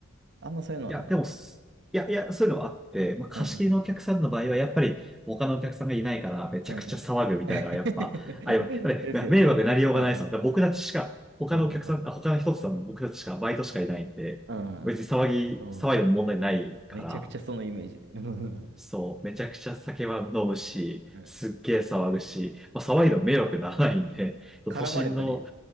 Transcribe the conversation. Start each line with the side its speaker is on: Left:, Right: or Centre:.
Right: あんまそういうのはなかった。
Centre: いや、でもす、いや、いや、そういうのはあって、まあ、貸し切りのお客さんの場合は、
Right: うんうん
Centre: やっぱり、他のお客さんがいないから、めちゃくちゃ騒ぐみたいなのは、
Right: うんうんうん。<laughs>
Centre: やっぱ、あやりますで迷惑になりようがないですもん。
Right: ですよね。うんうん
Centre: だから僕たちしか、他のお客さん、
Right: うんうん
Centre: あ他の人たちさんも僕たちしか、バイトしかいないんで、
Right: うん
Centre: 別に騒ぎ、
Right: うんうん。
Centre: 騒いでも問題ないから、
Right: めちゃくちゃそのイメージで。うんうん
Centre: そう、めちゃくちゃ酒は飲むし、
Right: うん
Centre: すっげえ騒ぐし、まあ、騒いでも迷惑ならないんで、<laughs> 都心の、
Right: 絡まれたり、